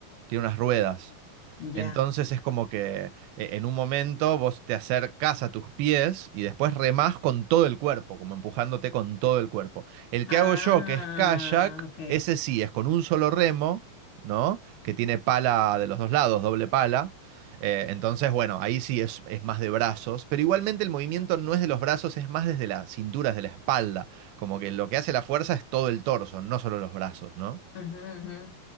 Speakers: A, on the right (about 85°); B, on the left (about 55°).
A: tiene unas ruedas.
B: Ya.
A: Entonces es como que eh, en un momento vos te acercás a tus pies y después remás con todo el cuerpo, como empujándote con todo el cuerpo. El que
B: Ah,
A: hago yo, que es kayak,
B: ok.
A: ese sí, es con un solo remo, ¿no? Que tiene pala de los dos lados, doble pala. Eh, entonces, bueno, ahí sí es, es más de brazos, pero igualmente el movimiento no es de los brazos, es más desde la cintura, desde la espalda. Como que lo que hace la fuerza es todo el torso, no solo los brazos, ¿no?
B: Ujú, ujú.